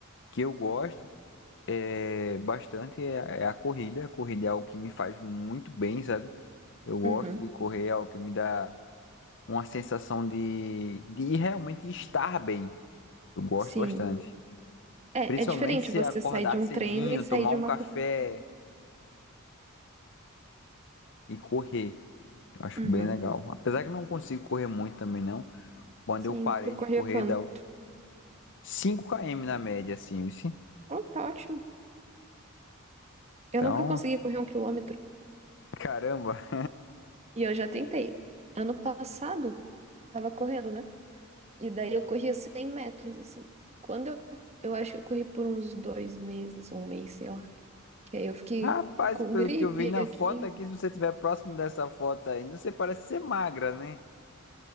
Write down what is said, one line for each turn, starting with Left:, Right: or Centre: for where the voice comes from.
Left: que eu gosto é, bastante é, é a corrida. A corrida é algo que me faz muito bem, sabe? Eu gosto
Right: Uhum,
Left: de Uhum. correr, é algo que me dá uma sensação de, de realmente estar bem. Eu gosto
Right: sim.
Left: bastante.
Right: É,
Left: Principalmente
Right: é diferente
Left: se
Right: você
Left: acordar
Right: sair de um
Left: cedinho,
Right: treino e sair
Left: tomar
Right: de
Left: um
Right: uma
Left: café
Right: corrida.
Left: e correr. Eu acho
Right: Uhum.
Left: bem legal. Apesar que não consigo correr muito também, não. Quando
Right: Sim,
Left: eu parei
Right: tu corria
Left: de correr,
Right: quando?
Left: dá cinco km na média, assim, viu?
Right: Oh, tá ótimo. Eu
Left: Então,
Right: nunca consegui correr um quilômetro.
Left: caramba.
Right: E eu já tentei. Ano passado, tava correndo, né? E daí eu corria 100 metros, assim. Quando eu, eu acho que eu corri por uns dois meses, um mês, sei lá. Que aí eu fiquei
Left: Rapaz,
Right: com
Left: pelo
Right: gripe
Left: que eu vi na
Right: aqui.
Left: foto aqui, se você estiver próximo dessa foto ainda, você parece ser magra, né?